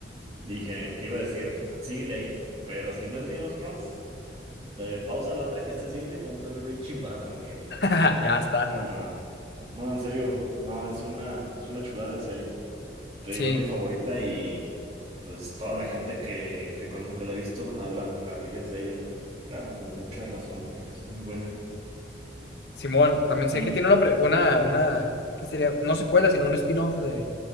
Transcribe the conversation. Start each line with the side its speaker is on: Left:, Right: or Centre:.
Right: dije, te iba a decir, síguele ahí. Pero si no es Game of Thrones, de- pausa la otra que estés viendo y ponte a ver Breaking <laughs> Bad, porque...
Left: <laughs> Ya está.
Right: No, no. No, en serio, no, es una, es una chulada de serie. Te
Left: Sí.
Right: digo, es mi favorita y pues toda la gente que, que conozco que la ha visto habla maravillas de ella y, y claro, con mucha razón porque está muy buena.
Left: Simón, también sé
Right: Y
Left: que tiene una, pre- una, una, ¿qué sería? No secuela, sino un spin-off de,